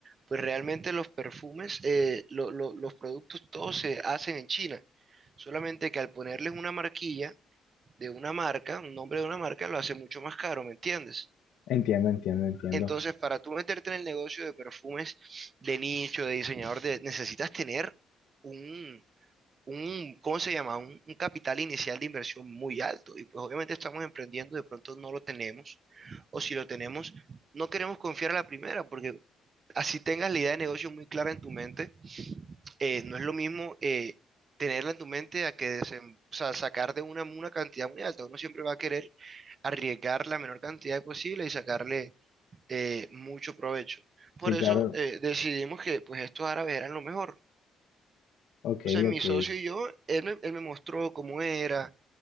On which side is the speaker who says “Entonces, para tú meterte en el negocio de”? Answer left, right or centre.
Right